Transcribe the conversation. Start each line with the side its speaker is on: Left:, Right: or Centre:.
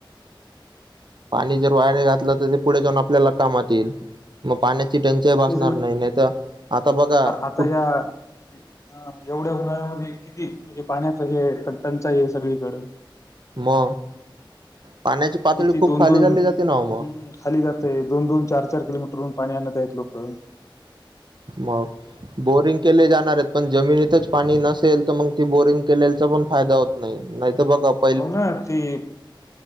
Right: पाणी जर वाया नाइ घातल तर, ते पुढे जाऊन आपल्याला कामात इल मग पाण्याची टंचाइ भासणार
Left: तेच ना
Right: नाही, नाही तर आता बघा
Left: आता
Right: कुठ
Left: या हा एवढ्या उन्हाळ्यामध्ये किती म्हणजे पाण्याचं हे आहे, टंचाई आहे सगळीकडं.
Right: मअ पाण्याची पातळी
Left: किती
Right: खूप
Left: दोन
Right: खाली
Left: दोन
Right: झाली जाते ना हो मग.
Left: हम्म खाली जाते. दोन दोन, चार चार किलोमीटवरून पाणी आणत आहेत लोकं.
Right: मग बोरिंग केले जाणार आहेत, पण जमिनीतच पाणी नसेल तर, मंग ती बोरिंग केल्याचा पण, फायदा होत नाही. नाही तर बघा आप
Left: हो ना ती अ